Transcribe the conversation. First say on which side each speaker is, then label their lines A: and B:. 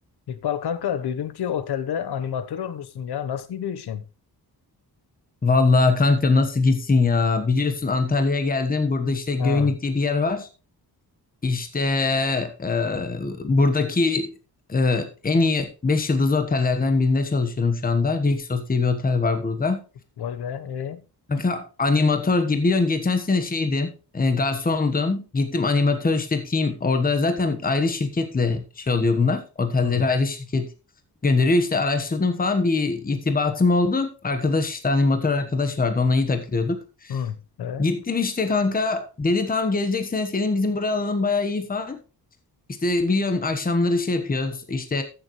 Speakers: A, on the left (about 75°); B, on the left (about 20°).
A: İkbal kanka duydum ki otelde animatör olmuşsun ya. Nasıl gidiyor işin?
B: Vallahi kanka nasıl gitsin ya? Biliyorsun Antalya'ya geldim. Burada işte Göynük
A: Ha,
B: diye bir yer var. İşte e, buradaki e, en iyi 5 yıldızlı otellerden birinde çalışıyorum şu anda. Rixos diye bir otel var burada.
A: vay be. E,
B: Kanka animatör gibi. Biliyorsun geçen sene şeydim. e, garsondum. Gittim animatör işte team. Orada zaten ayrı şirketle şey oluyor bunlar. Otelleri
A: hı,
B: ayrı şirket gönderiyor. İşte araştırdım falan bir irtibatım oldu. Arkadaş işte animatör arkadaş vardı. Onunla iyi takılıyorduk.
A: hı, evet.
B: Gittim işte kanka. Dedi tamam gelecek sene senin bizim buraya alalım bayağı iyi falan. İşte biliyorsun akşamları şey yapıyoruz. İşte